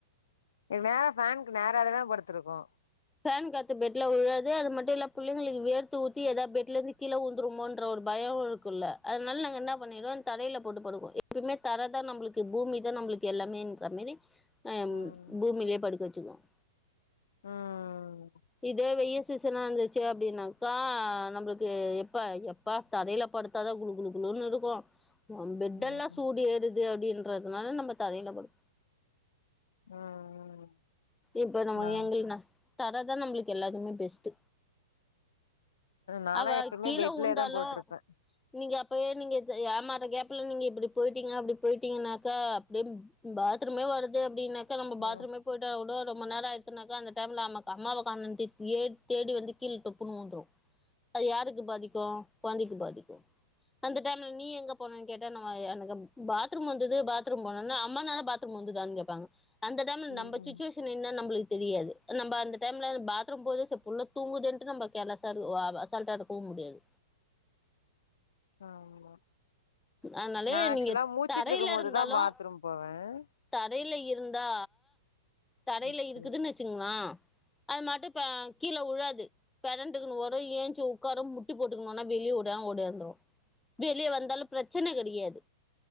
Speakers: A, on the left (about 80°); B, in the centre.
A: மேல ஃபேனுக்கு நேரா தான படுத்திருக்கோம்
B: ஃபேன் காத்து பெட்ல உழாது அது மட்டு இல்ல பிள்ளைங்களுக்கு வேர்த்து ஊத்தி எதா பெட்ல இருந்து கீழ உழுந்துருமோன்ற ஒரு பயம் இருக்குல்ல அதனால நாங்க என்ன பண்ணிடுவ தரையில போட்டு படுக்குவோ எப்பயுமே தர தா நம்பளுக்கு பூமி தா நம்பளுக்கு எல்லாமேன்ற மேரி ஆ
A: ம்
B: பூமிலே படுக்க வச்சிக்குவோம்
A: ம்
B: இதே வெயில் சீசனா இருந்துச்சி அப்டின்னாக்கா நம்பளுக்கு எப்ப ப்பா தரையில படுத்தாதா குளு குளு குளுன்னு இருக்கும் பெட்டெல்லா
A: ம்
B: சூடு ஏறுது அப்டின்றதுனால நம்ப தரையில படு
A: ம் ம்
B: இப்ப நம்ம
A: நா
B: எங்கள்னா தர தா நம்பளுக்கு எல்லாத்துக்குமே பெஸ்ட்டு
A: நாலா
B: அவ
A: எப்பயுமே
B: கீழ
A: பெட்லயே
B: உழுந்தாலும்
A: தா போட்ருப்பே
B: நீங்க அப்பே நீங்க ஏமாற கேப்பல நீங்க இப்டி போய்டிட்டீங்க அப்டி போயிட்டீங்கன்னாக்கா அப்டிய பாத்ரூமே வருது அப்டின்னாக்கா நம்ம பாத்ரூமே
A: ம்
B: அவ்ளோ ரொம்ப நேரோ ஆயிடுசுனாக்கா அந்த டைம்ல ஆம்மக் அம்மாவக் காண்ணோண்ட்டு ஏ தேடி வந்து கீழ டேப்புன்னு விழுந்துரும் அது யாருக்கு பாதிக்கும் குழந்தைக்கு பாதிக்கும் அந்த டைம்ல நீ எங்க போன்னன்னு கேட்டா நம்ம எனக்கு எப் பாத்ரூம் வந்தது பாத்ரூம் போனனா அம்மனேரோ பாத்ரூம் வந்துதானு கேப்பாங்க அந்த டைம்ல
A: ம்
B: நம்ம
A: ம்
B: சுச்சுவே ஷன் என்னா நம்மளுக்கு தெரியாது நம்ம அந்த டைம்ல பாத்ரூம் போகுது செரி புள்ள தூங்குதுன்டு நம்ம கேர்லேஸ்ஸா ஓ ஆ அசால்ட்டா இருக்கவு முடியாது
A: ஆமா
B: அதனாலே
A: நா ஆக்சுவலா
B: நீங்க
A: முழுச்சுட்டு
B: தரையில
A: இருக்கும் போதுதா
B: இருந்தாலு
A: பாத்ரூம் போவேன்
B: தரையில இருந்தா தரையில
A: ம்
B: இருக்குதுன்னு வச்சுங்களா அது மட்டும் இப்ப கீழ உழாது பிரண்டுகிட்டு வரும் எந்திரிச்சு உட்காரும் முட்டி போட்டுக்கணும்னா வெளிய ஓடியா ஓடியாந்துடும் வெளிய வந்தாலு பிரச்சன கெடையாது